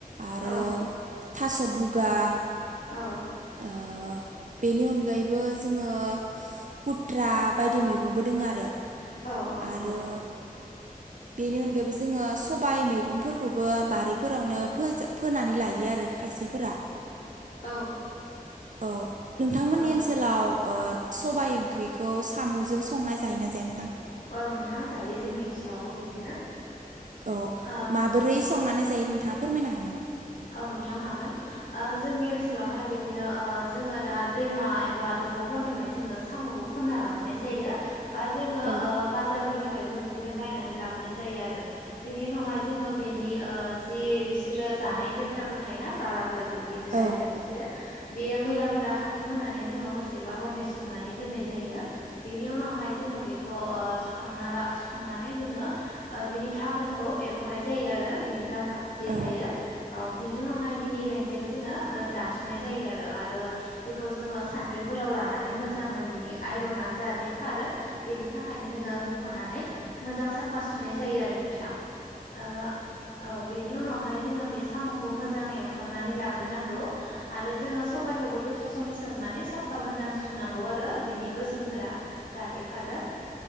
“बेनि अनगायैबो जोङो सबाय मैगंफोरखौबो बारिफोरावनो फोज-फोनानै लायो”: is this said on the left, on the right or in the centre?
Right